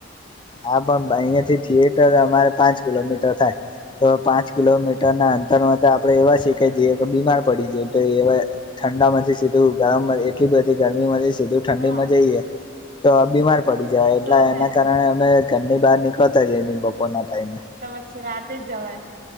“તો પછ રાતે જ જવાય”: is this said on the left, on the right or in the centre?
Right